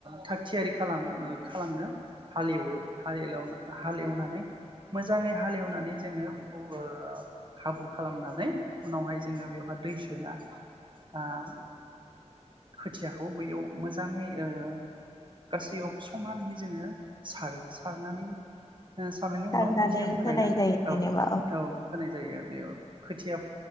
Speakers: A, on the right; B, on the left.
A: थाग थियारि खालाम ओ खालामनो हालएवो हालएलावनो हालएवनानै मोजाङै हालेवनानै जोङो बेखौ ओ हाब्रु खालामनानै उनावहाय जोङो बेवहाय दै सोना आं खोथियाखौ बैयाव मोजां मोजाङै ओ गासैयावबो समानैहै जोङो सारो सारनानै <unintelligible> उनाव
B: सारनानै
A: खोथिया फोनाया
B: होनाय जायो
A: औ
B: जेनेबा
A: औ होनाय जायो बेयाव खोथिया